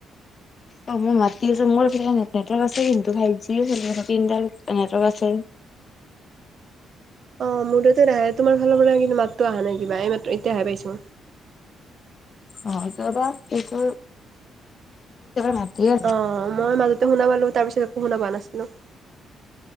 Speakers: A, on the left; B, on the right.
A: অ মই মাতি আছো মোৰ নেট নেটৱৰ্ আছে কিন্তু ফাইভ জি তিনদাল নেটৱক আছে
B: অ মোৰ তাতোহে তোমাৰ ফালৰ পৰা কিন্তু মাতো অহা নাই কিবা এইমাত্ৰ এতিয়াহে পাইছো ম
A: অ তাবা এইটো মাতিয়ে
B: অ মই মাজতে শুনা পালো তাৰ পিছত একো শুনা পোৱা নাছিলো